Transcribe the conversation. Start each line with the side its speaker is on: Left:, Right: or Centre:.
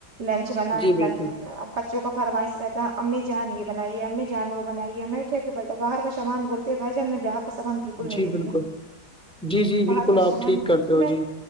Right: لنچ بنائے
Centre: جی
Right: لنچ
Centre: بالکل
Right: بچوں کا فرمائش رہتا امی جان یہ بنائیے امی جان وہ بنائی ہے میںٹ بٹا باہر کا سامان بولتے ہیں بھائی جان میں باہر کا سامان بالکل نہیں
Centre: جی
Right: دیتی
Centre: بالکل
Right: ہوں
Centre: جی جی
Right: باہر
Centre: بالکل
Right: کا
Centre: آپ
Right: سامان
Centre: ٹھیک
Right: نہیں
Centre: کرتے ہو
Right: میں
Centre: جی